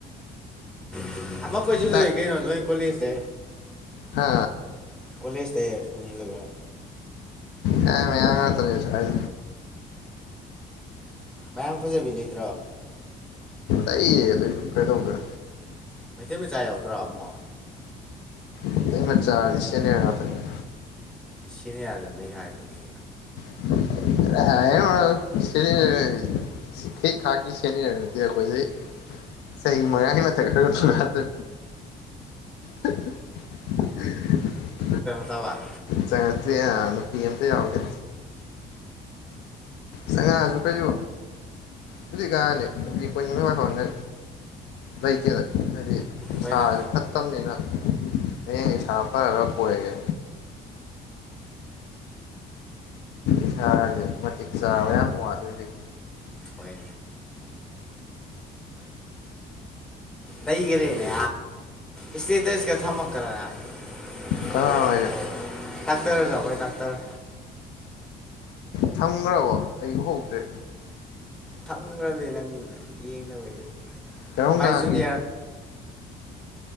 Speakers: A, in the centre; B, on the left (about 85°).
A: ꯑꯃ ꯑꯃꯛ ꯀꯣꯏꯁꯤꯨ ꯍ
B: ꯇ
A: ꯀꯦꯅ ꯅꯣꯏ ꯀꯜꯂꯤꯁꯦ
B: ꯍꯥ
A: ꯀꯂꯦꯖꯇ ꯀꯖꯤ ꯂ
B: ꯌꯥ ꯃ ꯉ ꯇꯁ ꯍꯥꯏ
A: ꯃꯌꯥꯝ ꯐꯖꯕꯤ ꯂꯩꯗ꯭ꯔꯣ
B: ꯑ ꯑꯩꯌꯦ ꯑꯗꯨꯁꯨ ꯀꯩꯗꯧꯒ꯭ꯔꯦ
A: ꯃꯩꯇꯩ ꯃꯆꯥ ꯌꯥꯎꯗ꯭ꯔꯣ ꯑꯃꯨ
B: ꯃꯩꯇꯩ ꯃꯆꯥꯗꯤ ꯁꯦꯅꯤꯌꯔ ꯉꯥꯛꯇꯅꯤꯗ
A: ꯁꯦꯅꯤꯌꯥꯔꯗꯨꯅꯤ ꯑꯩꯅ ꯍꯥꯏꯗꯨꯗꯤ
B: ꯀꯗꯥꯏꯗꯒꯤꯅꯣꯗ ꯁꯦꯅꯤꯌꯥꯔ ꯁꯤ ꯈꯦꯛ ꯈꯥꯛꯒꯤ ꯁꯦꯅꯤꯌꯔ ꯗꯤ ꯑꯩꯈꯣꯏꯗꯤ ꯆꯍꯤ ꯃꯉꯥꯒꯤ ꯃꯊꯛ ꯅꯠꯇꯦ <unintelligible>
A: ꯇꯥꯕꯔ
B: ꯆꯥꯡꯉꯛꯇꯔꯤ ꯍꯥ ꯅꯨꯄꯤ ꯑꯃꯠꯇ ꯌꯥꯎꯗꯦ ꯆꯪꯉꯛ ꯑꯁꯨ ꯀꯩꯁꯨ ꯍꯧꯖꯤꯛꯀꯟ ꯅꯨꯄꯤ ꯀꯣꯏꯅꯤꯡꯗꯦ ꯂꯩꯇꯦꯗ ꯍꯥꯏꯗꯤ ꯅꯤꯁꯥꯁꯦ
A: ꯍꯣꯏꯗ
B: ꯐꯠꯇꯕꯅꯤꯅ ꯍꯌꯦꯡ ꯏꯁꯥ ꯐꯔꯒ ꯀꯣꯏꯔꯒꯦ ꯏꯁꯥꯁꯦ ꯃꯇꯤꯛ ꯆꯥꯕ ꯌꯥꯝ ꯋꯥꯠꯂꯤ ꯍꯧꯖꯤꯛ
A: ꯍꯣꯏ ꯂꯩꯈꯔꯦꯅꯦ ꯏꯁꯇꯦꯇꯁꯀ ꯊꯝꯃꯛꯇꯅ ꯥꯗꯥꯛꯇꯔ
B: ꯀꯅꯥꯅꯣ ꯍꯥꯏꯁꯦ
A: ꯑꯩꯈꯣꯏ ꯗꯥꯛꯇꯔ
B: ꯊꯝꯈ꯭ꯔꯕꯣ ꯑꯩ ꯎꯍꯧꯗ꯭ꯔꯦ
A: ꯊꯝꯈ꯭ꯔꯃꯦ ꯅꯪ ꯌꯦꯡꯅꯕꯒꯤ
B: ꯀꯔꯝ
A: ꯃꯥꯏ
B: ꯀꯥꯟꯒꯤ
A: ꯖꯨꯅꯤꯌꯔ